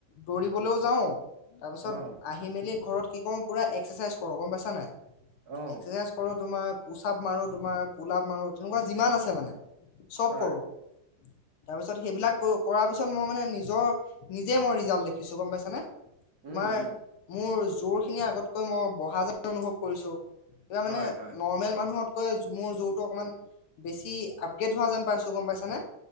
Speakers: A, on the left; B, on the right.
A: দৌৰিবলৈও যাও তাৰ পিছত
B: অ
A: আহি মেলি ঘৰত কি কৰো পুৰা এক্সাৰচাইজ কৰো গম পাইছা নাই। এক্সাৰচাইজ
B: অ
A: কৰো তোমাৰ পোচাপ মাৰো তোমাৰ পোলাপ মাৰো তেনেকুৱা যিমান আছে মানে চব
B: হয়
A: কৰোঁ। তাৰ পিছত সেইবিলাক কৰাৰ পিছত মই মানে নিজৰ নিজে মই ৰিজাল্ট দেখিছো গম পাইছ নে। তোমাৰ
B: উম উম
A: মোৰ জোৰ খিনি আগতকৈ মই বহা যেন অনুভৱ কৰিছো। এয়া মানে
B: হয় হয়
A: নৰ্মেল মানুহত মোৰ জোৰ টো অকনমান বেছি আপগ্ৰেড হোৱা যেন পাইছো গম পাইছানে।